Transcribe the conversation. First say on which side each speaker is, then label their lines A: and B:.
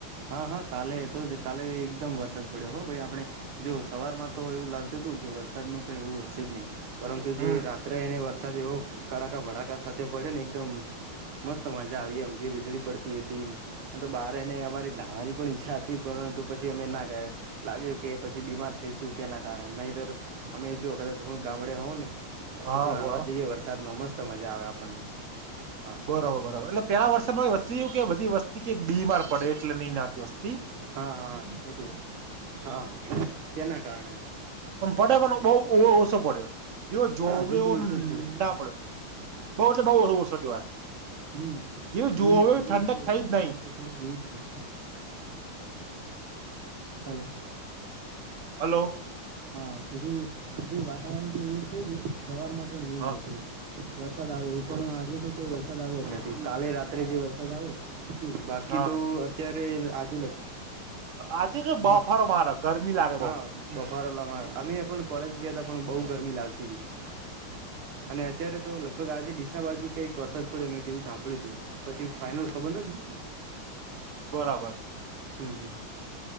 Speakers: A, on the right (about 85°); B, on the right (about 60°).
A: હા હા કાલે તો જ કાલે એકદમ વરસાદ પડ્યો હો ભાઈ આપણે, જો સવારમાં તો એવું લાગતું હતું કે વરસાદ નુ કઈ એવું હશે જ નહી પરંતુ જે
B: હમ
A: રાત્રે એને વર સાદ એ હો કડાકા ભડાકા સાથ પડ્યોને એકદમ, મસ્ત મજા આવી એમ જે વીજળી પડતી હતી તો બારને અમારી, નાહવાની પણ ઈચ્છા હતી પરંતુ પછી અમે ના ગયા. લાગ્યું કે પછી બીમાર થઈશું તેના કારણે નહીતર અમે જો કદાચ હું ગામડે હોઉં ને
B: હા
A: તો તો નાવા
B: વાહ
A: જઈએ વરસાદમાં મસ્ત મજા આવે આપણને હા
B: બરોબર બરોબર એટલે પેલા વર્ષમાં વસ્તુ એવ કે બધી વસ્તી કે બીમાર પડે એટલે નહી નાખ્યુંતુ
A: હા હા એટલે જ હા તેના કારણે
B: પણ પડે પણ બહુ ઓ ઓછો પયડો. જેવો જોવે
A: હા હજુ
B: એવો
A: તો
B: ના
A: ઓછો જ પડ્યો
B: પડયો બહ એટલે બઉ ઓસો કેવાય
A: હમ્મ
B: જે જોવે
A: હજુ આજે
B: ઠંડક
A: જો
B: થઈ
A: વાતાવરણ
B: જ નહી
A: થોડુક એવું જ છે હલો
B: હલો
A: હા કીધું આજે વાતાવરણ તો એવું છે જ સવાર માં પણ એવું
B: હા
A: જ હતું. વરસાદ આવ્યો એવું પણ આજે તો કઈ વરસાદ આવ્યો જ નથી કાલે રાત્રે જે વરસાદ આવ્યો બાકી
B: હા
A: તો અત્યારે આજે
B: આજે કે
A: <unintelligible>
B: બફારો
A: હા
B: મારે ગરમી લાગે બઉ
A: હા બફારો <unintelligible> અમે પણ કોલેજ ગયા ત પણ બહુ ગરમી લાગતી હતી. અને અત્યારે તો લગભગ આજે ડીસા બાજુ કઈક વરસાદ પડ્યો મેં તેવું સાંભળ્યું હતું. પછી ફાાઈનલ ખબર નથી.
B: બરાબર
A: હમ્મ હમ્મ